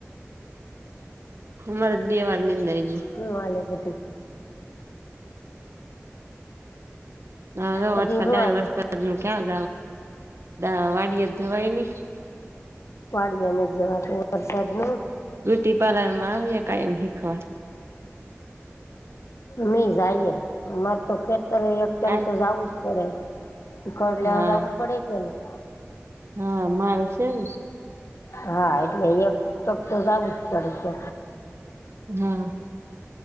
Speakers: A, on the right; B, on the left.
A: હ મરદ બે વાર નિંદ જ
B: હ વાલી બધી
A: હા
B: બધી
A: વરસાદ
B: હું
A: આવે
B: હાલે
A: વરસાદ નું ક્યાં જ આવ વાડય જ જવાય નહી
B: વાડિયાને જવાથી વરસાદ ન
A: બ્યુટી પાર્લર માં કાયમ શીખવા
B: એમે જઈએ અમારે તો ખેતરે એક ટાઈમ
A: કાય
B: તો જવું જ પડે કડ
A: હા
B: લયા જાગું પડે કે નહી.
A: હા માલ છે ને
B: હા એટલે એક ફક તો જવું જ પડે છે
A: હા.